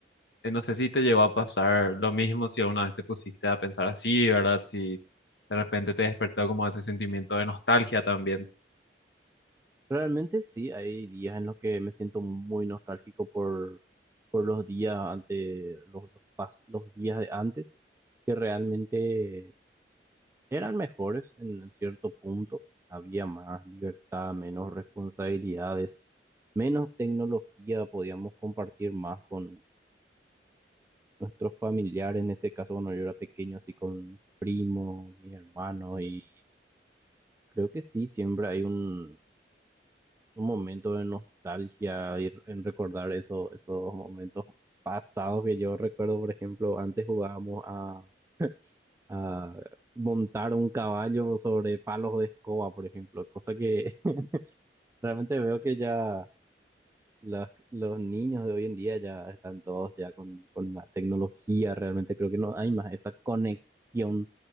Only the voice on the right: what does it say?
Realmente sí, hay días en los que me siento muy nostálgico por, por los días ante los, los, pas- los días de antes, que realmente eran mejores en, en cierto punto. Había más libertad, menos responsabilidades, menos tecnología, podíamos compartir más con nuestros familiares, en este caso cuando yo era pequeño, así con primos, mis hermanos, y creo que sí, siempre hay un un momento de nostalgia y r- en recordar eso, esos momentos pasados que yo recuerdo, por ejemplo, antes jugábamos a, a montar un caballo sobre palos de escoba, por ejemplo, cosa que <laughs> realmente veo que ya las- los niños de hoy en día ya están todos ya con, con la tecnología, realmente creo que no hay más esa conexión